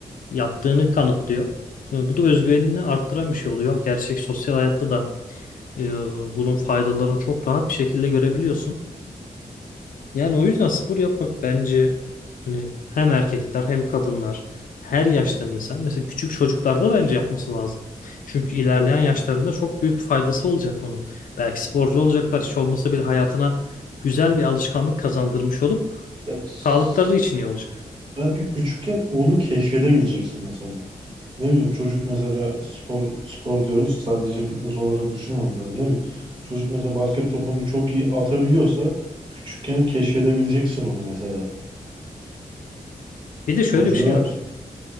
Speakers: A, on the left (about 70°); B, on the right (about 35°).
A: yaptığını kanıtlıyor. E, Bu da özgüvenini arttıran bir şey oluyor. Gerçek sosyal hayatta da e, bunun faydalarını çok rahat bir şekilde görebiliyorsun. Yani o yüzden spor yapmak bence hani hem erkekler hem kadınlar her yaştan insan mesela küçük çocuklarda bence yapması lazım. Çünkü ilerleyen
B: Tabii
A: yaşlarında
B: ki.
A: çok büyük faydası olacak bunun. Belki sporcu olacaklar hiç olmasa bile hayatına güzel bir alışkanlık kazandırmış olup
B: Ya, s-
A: sağlıkları için iyi olacak.
B: belki küçükken onu keşfedebileceksin mesela. Ne bileyim çocuk mesela spor spor diyoruz sadece fitness olarak düşünmemek lazım. Ne bileyim çocuk mesela basket topunu çok iyi atabiliyorsa küçükken keşfedebileceksin onu mesela.
A: Bir de şöyle
B: Çocuğa
A: bir şey var.